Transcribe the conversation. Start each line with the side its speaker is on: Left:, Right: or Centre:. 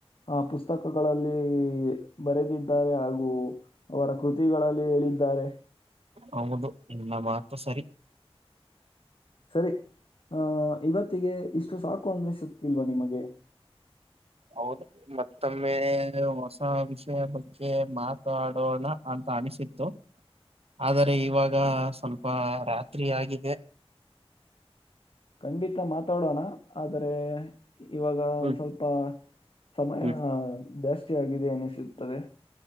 Left: ಆ ಪುಸ್ತಕಗಳಲ್ಲಿ ಬರೆದಿದ್ದಾರೆ ಹಾಗೂ ಅವರ ಕೃತಿಗಳಲ್ಲಿ ಹೇಳಿದ್ದಾರೆ
Right: ಹೌದು ನಿಮ್ಮ ಮಾತು ಸರಿ
Left: ಸರಿ ಆ ಇವತ್ತಿಗೆ ಇಷ್ಟು ಸಾಕು ಅನ್ನಿಸುತ್ತಿಲ್ವಾ ನಿಮಗೆ
Right: ಹೌದು ಮತ್ತೊಮ್ಮೆ ಹೊಸ ವಿಷಯ ಬಗ್ಗೆ ಮಾತಾಡೋಣ ಅಂತ ಅನಿಸಿತ್ತು. ಆದರೆ ಇವಾಗ ಸ್ವಲ್ಪ ರಾತ್ರಿ ಆಗಿದೆ
Left: ಖಂಡಿತ ಮಾತಾಡೋಣ ಆದ್ರೆ ಇವಾಗ
Right: ಹ್ಮ್
Left: ಸ್ವಲ್ಪ ಸಮಯ
Right: ಹ್ಮ್
Left: ಜಾಸ್ತಿಯಗಿದೆ ಅನಿಸುತ್ತದೆ